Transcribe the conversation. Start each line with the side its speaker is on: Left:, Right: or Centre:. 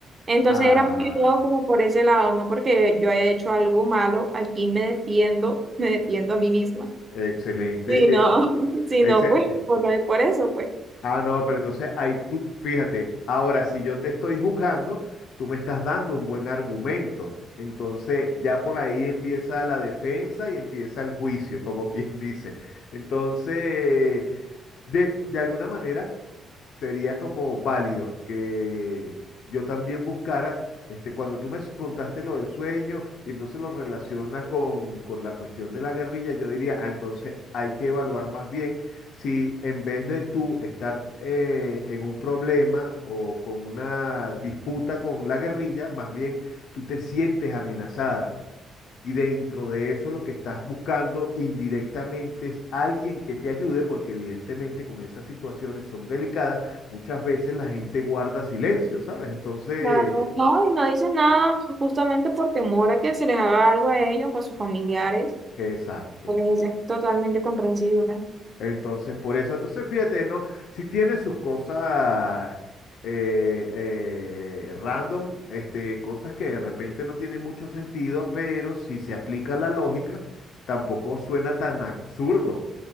Right: Entonces
Left: ah,
Right: era más que todo como por ese lado, no porque yo haya hecho algo malo, aquí me defiendo, <laughs> me defiendo a mí misma.
Left: excelente.
Right: Si no,
Left: eh,
Right: <laughs> si
Left: exce-
Right: no, pues por, lo- por eso, pues.
Left: ah, no, pero entonces ahí tú, fíjate, ahora si yo te estoy juzgando, tú me estás dando un buen argumento. Entonces, ya por ahí empieza la defensa y empieza el juicio, como <laughs> quien dice. Entonces, De, de alguna manera sería como válido que yo también buscara, este, cuando tú me s- contaste lo del sueño y entonces lo relacionas con, con la cuestión de la guerrilla, yo diría, ah, entonces hay que evaluar más bien si en vez de tú estar eh, en un problema o con una disputa con la guerrilla, más bien tú te sientes amenazada. Y dentro de eso lo que estás buscando indirectamente es alguien que te ayude, porque evidentemente con esas situaciones son delicadas, muchas veces la gente guarda silencio, ¿sabes? Entonces,
Right: Claro, no, y no dicen nada pues, justamente por temor a que se les haga algo a ellos o a sus familiares.
Left: exacto.
Right: Pues, es totalmente comprensible.
Left: Entonces, por eso, entonces fíjate, no, si tiene sus cosas eh, eh, random, este, cosas que de repente no tienen mucho sentido, pero si se aplica la lógica, tampoco suena tan absurdo.